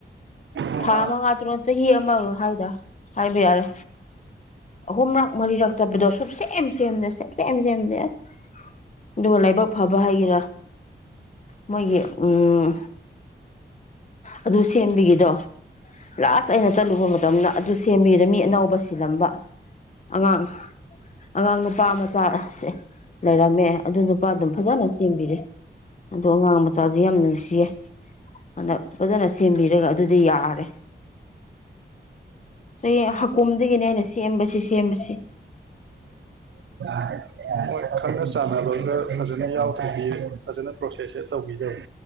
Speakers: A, on the right; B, on the left.
A: ꯍꯣꯏ
B: ꯊꯥ ꯃꯉꯥ ꯇꯔꯨꯛ ꯆꯍꯤ ꯑꯃꯒ ꯍꯥꯏꯗ ꯍꯥꯏꯕ ꯌꯥꯔꯦ ꯑꯍꯨꯝꯔꯛ ꯃꯔꯤꯔꯛ ꯆꯠꯄꯗꯣ ꯁꯨꯛꯁꯦꯝ ꯁꯦꯝꯗꯦ ꯁꯦꯞ ꯁꯦꯝ ꯁꯦꯝꯗꯦ ꯑꯁ ꯑꯗꯨꯒ ꯂꯥꯏꯕꯛ ꯐꯕ ꯍꯥꯏꯒꯦꯔꯥ ꯃꯣꯏꯒꯤ ꯎꯝ ꯑꯗꯨ ꯁꯦꯝꯕꯤꯒꯤ ꯗꯣ ꯂꯥꯁ ꯑꯩꯅ ꯆꯠꯂꯨꯕ ꯃꯇꯝꯗ ꯁꯦꯝꯕꯤꯔꯦ ꯃꯤ ꯑꯅꯧꯕ ꯁꯤꯜꯂꯝꯕ ꯑꯉꯥꯡ ꯑꯉꯥꯡ ꯅꯨꯄꯥ ꯃꯆꯥꯁꯦ ꯂꯩꯔꯝꯃꯦ ꯑꯗꯨ ꯅꯨꯄꯥ ꯑꯗꯨꯝ ꯐꯖꯅ ꯁꯦꯝꯕꯤꯔꯦ ꯑꯣ ꯑꯉꯥꯡ ꯃꯆꯥꯗꯨ ꯌꯥꯝ ꯅꯨꯡꯁꯤꯌꯦ ꯑꯗ ꯐꯖꯅ ꯁꯦꯝꯕꯤꯔꯒ ꯑꯗꯨꯗ ꯌꯥꯔꯦ ꯆꯍꯤ ꯍꯀꯨꯝꯗꯒꯤꯅꯦ ꯑꯩꯅ ꯁꯦꯝꯕꯁꯤ ꯁꯦꯝꯕꯁꯤ
A: <inaudible> ꯈꯪꯅ ꯆꯥꯟꯅꯕꯒ ꯐꯖꯅ ꯌꯥꯎꯗꯔ꯭ꯗꯤ ꯐꯖꯅ ꯄ꯭ꯔꯣꯁꯦꯁꯁꯦ ꯇꯧꯕꯤꯗꯣ